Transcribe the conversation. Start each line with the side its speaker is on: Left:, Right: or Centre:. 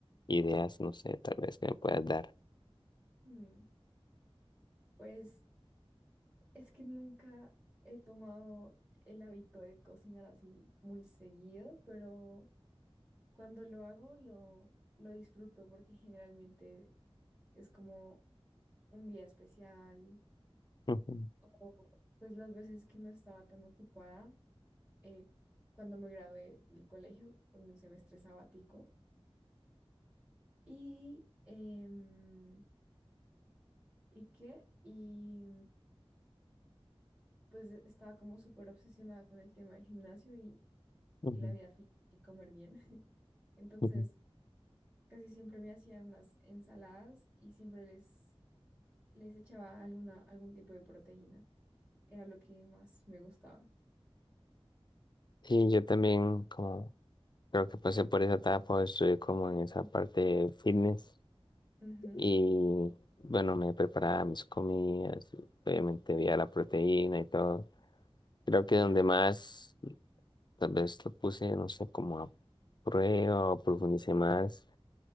Left: ideas, no sé, tal vez que me puedas dar.
Right: Mm, pues es que nunca he tomado el hábito de cocinar así muy seguido, pero cuando lo hago lo, lo disfruto porque generalmente es como un día especial
Left: Ujú,
Right: o pues las veces que no estaba tan ocupada eh, cuando me gradué del colegio, tomé un semestre sabático y em, ¿y qué? Y pues estaba como súper obsesionada con el tema del gimnasio y,
Left: ujú,
Right: y la vida fit y comer bien. <laughs> Entonces,
Left: ujú.
Right: casi siempre me hacía unas ensaladas y siempre les, les echaba alguna, algún tipo de proteína. Era lo que más me gustaba.
Left: Sí, yo también como creo que pasé por esa etapa, estuve como en esa
Right: Mm.
Left: parte de fitness
Right: Ujú,
Left: Y bueno, me preparaba mis comidas, y obviamente veía la proteína y todo. Creo
Right: claro,
Left: que donde más, tal vez lo puse, no sé, como a prueba o profundicé más,